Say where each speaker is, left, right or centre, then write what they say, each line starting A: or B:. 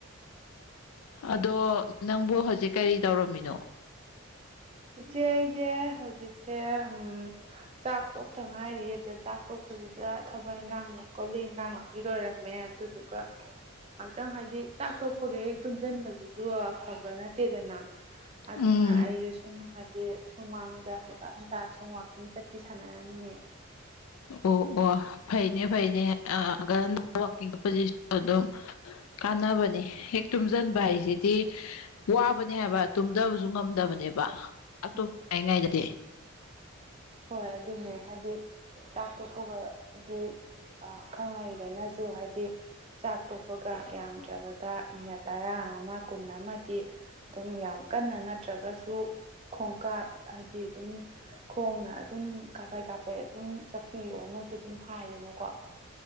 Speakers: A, on the left; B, on the right.
A: ꯑꯗꯣ ꯅꯪꯕꯨ ꯍꯧꯖꯤꯛ ꯀꯔꯤ ꯇꯧꯔꯝꯃꯤꯅꯣ
B: ꯏꯆꯦ ꯑꯩꯁꯦ ꯍꯧꯖꯤꯛꯁꯦ ꯎꯝ ꯆꯥꯛ ꯇꯣꯛꯇ ꯉꯥꯏꯔꯤ ꯑꯗ ꯆꯥꯛ ꯇꯣꯛꯄꯁꯤꯗ ꯊꯕꯛ ꯏꯟꯈꯥꯡ ꯀꯣꯂꯤ ꯏꯟꯒꯥꯥꯡꯒꯤ ꯂ ꯑꯣꯏꯔꯝꯃꯦ ꯑꯗꯨꯗꯨꯒ ꯉꯥꯏꯍꯥꯛꯇꯪ ꯍꯥꯏꯗꯤ ꯆꯥꯛ ꯇꯣꯛꯄꯒ ꯍꯦꯛ ꯇꯨꯝꯁꯤꯟꯕꯁꯤꯁꯨ ꯑꯐꯕ ꯅꯠꯇꯦꯗꯅ ꯑꯗꯨ
A: ꯎꯝ
B: ꯑꯗꯨꯅ ꯑꯩꯒꯤ ꯁ ꯍꯥꯏꯗꯤ ꯁꯨꯃꯥꯡꯗ ꯍꯟꯇꯥ ꯁꯨꯝ ꯋꯥꯋꯥꯛꯀꯤꯡ ꯆꯠꯄꯤ ꯁꯥꯟꯅꯔꯝꯃꯤꯅꯦ
A: ꯑꯣ ꯑꯣ ꯐꯩꯅꯦ ꯐꯩꯅꯦꯟꯡꯁ ꯑꯗꯨꯝ ꯀꯥꯟꯅꯕꯅꯤ ꯍꯦꯛ ꯇꯨꯝꯁꯤꯟꯕ ꯍꯥꯏꯁꯤꯗꯤ ꯋꯥꯕꯅꯦ ꯍꯥꯏꯕ ꯇꯨꯝꯗꯕꯁꯨ ꯉꯝꯗꯕꯅꯦꯕ ꯇꯥꯛ ꯇꯣꯛꯞꯇꯉꯥꯏꯉꯥꯏꯗꯗꯤ
B: ꯎꯝ ꯍꯣꯏ ꯑꯗꯨꯅꯦ ꯍꯥꯏꯗꯤ ꯆꯥꯛꯊꯣꯛꯄꯒ ꯍꯥꯏꯗꯤ ꯈꯪ ꯍꯩꯔꯦꯅꯁꯨ ꯍꯥꯏꯗꯤ ꯆꯥꯛ ꯇꯣꯛꯄꯒ ꯌꯥꯝꯗ꯭ꯔꯕꯗ ꯃꯤꯅꯠ ꯇꯔꯥ ꯑꯃ ꯀꯨꯟ ꯑꯃꯗꯤ ꯑꯗꯨꯝ ꯌꯥꯝ ꯀꯟꯅ ꯅꯠꯇ꯭ꯔꯒꯁꯨ ꯈꯣꯡꯀꯥꯞ ꯍꯥꯏꯗꯤ ꯑꯗꯨꯝ ꯈꯣꯡꯅ ꯑꯗꯨꯝ ꯀꯥꯞꯄꯩ ꯀꯥꯞꯄꯩ ꯑꯗꯨꯝ ꯆꯠꯄꯤꯌꯣꯅꯁꯨ ꯑꯗꯨꯝ ꯍꯥꯏꯗꯅꯀꯣ